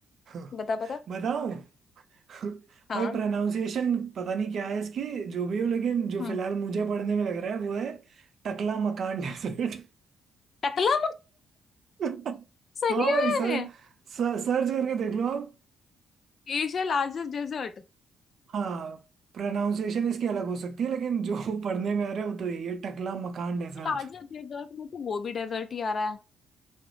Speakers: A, on the right; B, on the left.
A: <laughs>
B: बता बता
A: बताऊं <laughs>
B: हाँ
A: भाई प्रोनाउंसिएशन पता नहीं क्या है इसकी जो भी हो लेकिन जो
B: हम्म
A: फिलहाल मुझे पढ़ने में लग रहा है वो है टकला मकान डेजर्ट
B: टकला
A: <laughs>
B: <laughs> सही
A: हाँ भाई सर
B: में
A: सर्च करके देख लो आप
B: Asia largest desert
A: हाँ प्रोनाउंसिएशन इसकी अलग हो सकती है लेकिन जो <laughs> पढ़ने में आ रहा है वो तो यही है टकला मकान डेजर्ट
B: Largest desert में तो वो भी डेजर्ट ही आ रहा है